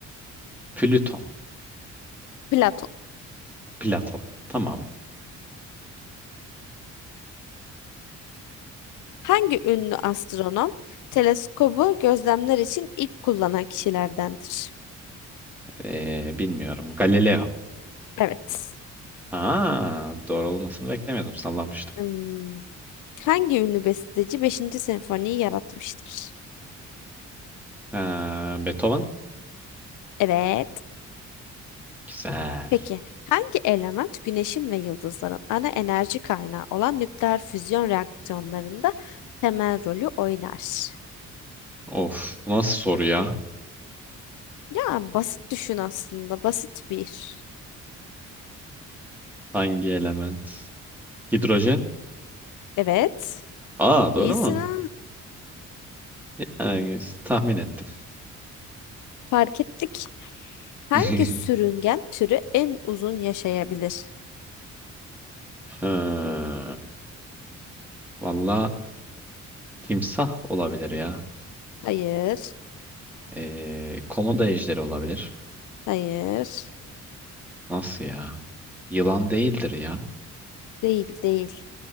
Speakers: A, in the centre; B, on the left.
A: Plüton.
B: Platon.
A: Platon. Tamam.
B: Hangi ünlü astronom teleskobu gözlemler için ilk kullanan kişilerdendir?
A: Ee, bilmiyorum. Galileo.
B: Evet.
A: Aa, doğru olmasını beklemiyordum. Sallamıştım.
B: Hmm. Hangi ünlü besteci beşinci senfoniyi yaratmıştır?
A: Ee, Beethoven.
B: Evet.
A: Güzel.
B: Peki hangi element güneşin ve yıldızların ana enerji kaynağı olan nükleer füzyon reaksiyonlarında temel rolü oynar?
A: Of. bu Nasıl soru ya?
B: Ya basit düşün aslında basit bir.
A: Hangi element? Hidrojen.
B: Evet.
A: Aa, doğru
B: İyisin
A: mu?
B: ha.
A: Yani, tahmin ettim.
B: Fark ettik. Hangi
A: <laughs>
B: sürüngen türü en uzun yaşayabilir?
A: Ha, Valla timsah olabilir ya.
B: Hayır.
A: Ee, komodo ejderi olabilir.
B: Hayır.
A: Nasıl ya? Yılan değildir ya.
B: Değil değil.